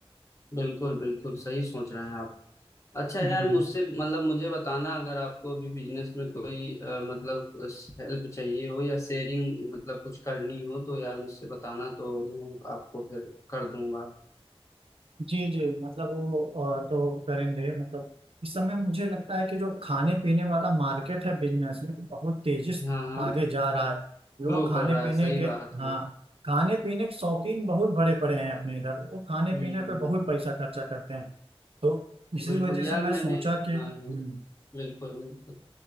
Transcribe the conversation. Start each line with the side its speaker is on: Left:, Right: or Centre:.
Left: बिल्कुल बिल्कुल सही सोच रहे हैं आप अच्छा
Right: हम्म।
Left: यार मुझसे मतलब मुझे बताना अगर आपको अभी बिजनेस में कोई अ, मतलब हेल्प चाहिए हो या शेयरिंग मतलब कुछ करनी हो तो यार मुझसे बताना तो मैं आपको फिर कर दूंगा
Right: जी जी मतलब वो अ, तो करेंगे मतलब इस समय मुझे लगता है कि जो खाने पीने वाला मार्केट है बिजनेस में बहुत तेजी से
Left: हाँ हाँ
Right: आगे जा रहा है लोग
Left: ग्रो
Right: खाने
Left: कर रहा
Right: पीने
Left: है सही
Right: के
Left: बात
Right: हाँ
Left: है
Right: खाने पीने के शौकीन बहुत बड़े पड़े हैं अपने इधर वो खाने
Left: हम्म
Right: पीने पे बहुत पैसा खर्चा करते हैं तो इसी
Left: बिल्कुल
Right: वजह
Left: यार
Right: से मैं
Left: मैंने
Right: सोचा कि हम्म,
Left: हाँ हाँ बिल्कुल बिल्कुल